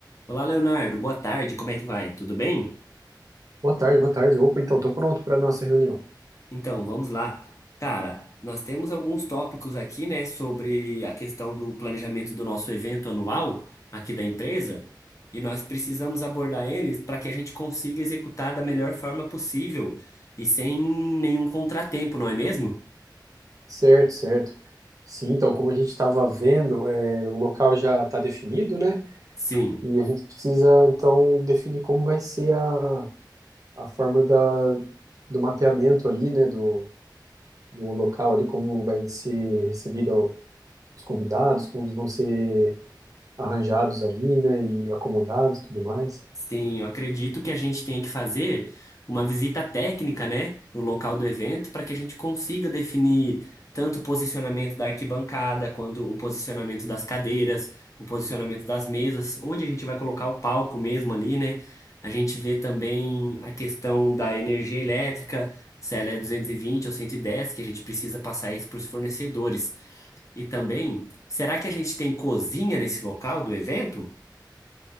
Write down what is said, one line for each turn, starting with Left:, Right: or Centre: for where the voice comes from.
Left: Olá, Leonardo. Boa tarde. Como é que vai? Tudo bem?
Right: Boa tarde, boa tarde. Opa, então, estou pronto para a nossa reunião.
Left: Então, vamos lá. Cara, nós temos alguns tópicos aqui, né, sobre a questão do planejamento do nosso evento anual aqui da empresa, e nós precisamos abordar eles para que a gente consiga executar da melhor forma possível e sem nenhum contratempo, não é mesmo?
Right: Certo, certo. Sim, então, como a gente estava vendo, é, o local já está definido, né?
Left: Sim.
Right: E a gente precisa, então, definir como vai ser a, a forma da, do mapeamento ali, né? Do, do local ali, como vai ser recebido os convidados, como eles vão ser arranjados ali, né? E acomodados e tudo mais.
Left: Sim, eu acredito que a gente tenha que fazer uma visita técnica, né, no local do evento, para que a gente consiga definir tanto o posicionamento da arquibancada, quanto o posicionamento das cadeiras, o posicionamento das mesas, onde a gente vai colocar o palco mesmo ali, né? A gente vê também a questão da energia elétrica, se ela é 220 ou 110, que a gente precisa passar isso para os fornecedores. E também, será que a gente tem cozinha nesse local do evento?